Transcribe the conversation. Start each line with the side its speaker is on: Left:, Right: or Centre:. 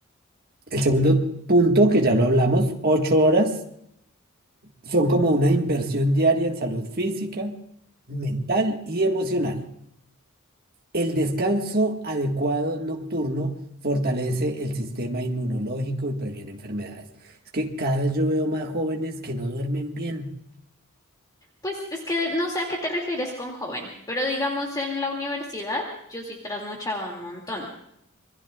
Right: el segundo punto, que ya lo hablamos, ocho horas, son como una inversión diaria en salud física, mental y emocional. El descanso adecuado nocturno fortalece el sistema inmunológico y previene enfermedades. Es que cada vez yo veo más jóvenes que no duermen bien.
Left: Pues es que no sé a qué te refieres con joven, pero digamos en la universidad yo sí trasnochaba un montón.